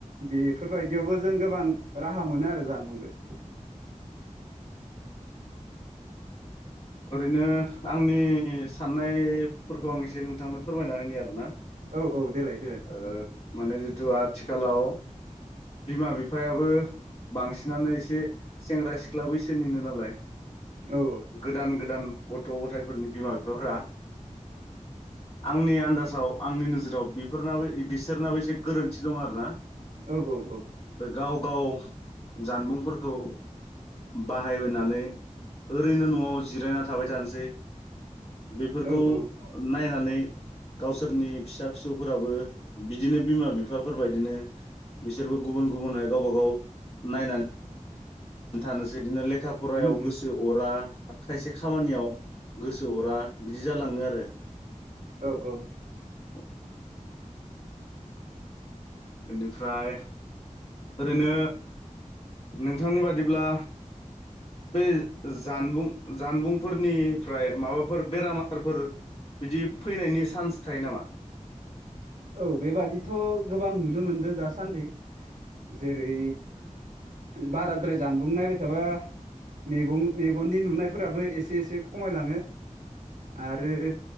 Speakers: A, on the right (about 80°); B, on the left (about 45°).
A: बेफोरबायदियावबो जों गोबां राहा मोनो आरो जानबुंजों
B: ओरैनो आंनि साननायफोरखौ आं एसे नोंथांनो फोरमायना होनि आरोना
A: औ औ देेलाय
B: ओ माने जिथु आथिखालाव बिमा बिफायाबो बांसिनानो एसे सेंग्रा सिख्ला बैसोनिनो नालाय
A: औ
B: गोदान गोदान गथ' गथायफोरनि बिमा बिफाफोरा आंनि आन्दाजाव आंनि नोजोराव बेफोरनाबो बिसोरनाबो एसे गोरोन्थि दं आरो ना
A: औ औ
B: गाव गाव गाव जानबुंफोरखौ बाहायनानै ओरैनो न'आव जिरायना थाबाय थानोसै। बेफोरखौ
A: औ औ
B: नायनानै गावसोरनि फिसा फिसौफोराबो बिदिनो बिमा बिफाफोरबायदिनो बिसोरबो गुबुन गुबुनहाय गावबा गाव नायनानै थानोसै बिदिनो ले लेखा फरायाव
A: उम
B: गोसो
A: उम
B: अरा आरो खायसे खामानियाव गोसो अरा बिदि जालाङो आरो।
A: औ औ
B: औ बेनिफ्राय ओरैनो नोंथांनि बादिब्ला बे जानबुं जानबुंफोरनिफ्राय माबाफोर बेरामारफोर बिदि फैनायनि चान्स थायो नामा?
A: औ बेबादिथ' गोबां नुनो मोनदों दासान्दि। जेरै बाराद्राय जानबुं नायबाय थाबा मेगं मेगननि नुनायफोराबो एसे एसे खमायलाङो आरो